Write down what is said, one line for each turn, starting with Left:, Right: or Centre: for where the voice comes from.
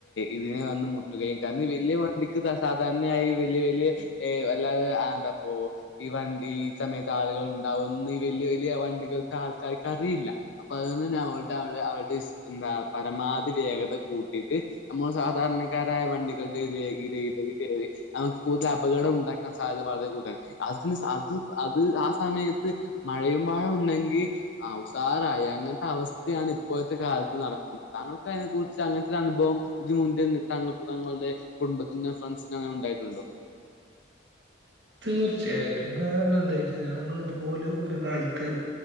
Left: ഇതിനെ വന്ന് കട്ടുകയും കാരണം വലിയ വണ്ടിക്ക് സാധാരണയായി വലിയ വലിയ അല്ലാതെ എന്താ ഈ വണ്ടി ഈ സമയത്ത് ആളുകൾ ഉണ്ടാവുംന്ന് വലിയ വലിയ വണ്ടികൾക്ക് ആൾക്കാർക്ക് അറിയില്ല അപ്പൊ അത അവടെ എന്താ പരമാവധി വേഗത കൂട്ടിയിട്ട് നമ്മ സാധാരണ ക്കാരായ വണ്ടികളുടെയിലേക്ക് കയറി നമുക്ക് കൂടുതൽ അപകടം ഉണ്ടാക്കാൻ സാധ്യത വളരെ കൂടുതാണ് അത് അത് ആ സമയത്ത് മഴയും പാഴം ഉണ്ടെങ്കിൽ അവസാറങ്ങ അങ്ങനത്തെ അവസ്ഥയാണ് ഇപ്പോഴത്തെ കാലത്ത് നടക്കുന്നത് താങ്കൾക്ക് അതിനെ കുുറിച്ച് അങ്ങനത്തെ ഒരു അനുഭവം ഇത് മുൻ നി തങ്കൾക്ക് തങ്ങളുടെ കുടുംബത്തിനും ഫ്രണ്ട്സിനോ അങ്ങെ ഉണ്ടായിട്ടുണ്ടോ
Right: തീർച്ചയായിട്ടും കാരണം എന്താ വെച്ച കഴിഞ്ഞാൽ ഞങ്ങൾ ഇതുപോലെ ഒരു കാലത്ത്